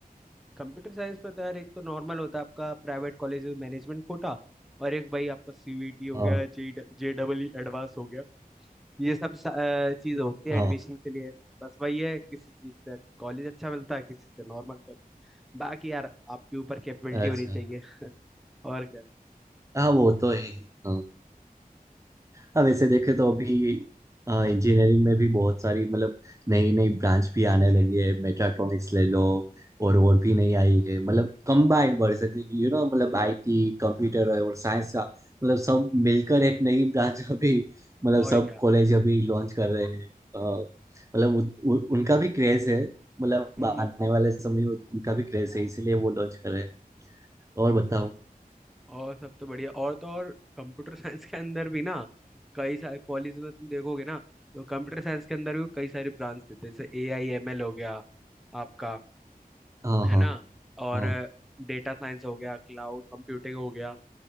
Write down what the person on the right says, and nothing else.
हाँ
हाँ
अच्छा
हाँ वो तो है ही हाँ। हाँ वैसे देखे तो अभी इंजीनियरिंग में भी बहुत सारी मतलब नई नई ब्रांच भी आने लगी है मेट्राट्रॉनिक्स ले लो
और और भी नई आई है मतलब कंबाइंड वर्जन यू नो मतलब आईटी कंप्यूटर और साइंस का मतलब सब मिलकर एक नई ब्रांच <laughs> अभी मतलब
सब
कॉलेज अभी लॉन्च कर रहे हैं अ, मतलब उन- उन- उनका भी क्रेज है मतलब
आने वाले समय में उनका भी क्रेज है इसीलिए वो लॉन्च कर रहे हैं और बताओ
हाँ
हाँ
हाँ